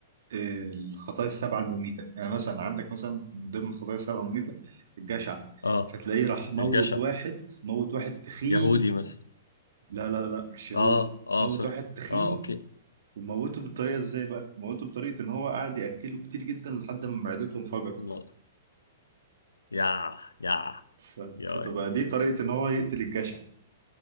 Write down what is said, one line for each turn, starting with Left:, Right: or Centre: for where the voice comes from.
Right: الخطايا السبعة المميتة يعني مثلا عندك مثلا من ضمن الخطايا السبعة المميتة الجشع
Left: آه.
Right: فتلاقيه راح موت
Left: الجشع
Right: واحد موت واحد تخين
Left: يهودي مثلا
Right: لا لا لا مش يهودي
Left: اه اه
Right: موت
Left: سوري
Right: واحد تخين
Left: اه اوكي
Right: وموته بالطريقة ازاي بقى؟ موته بطريقة ان هو قعد يأكله كتير جدا لحد ما معدته انفجرت
Left: الله يا يا
Right: ف-
Left: يا
Right: فتبقى دي طريقة ان هو يقتل الجشع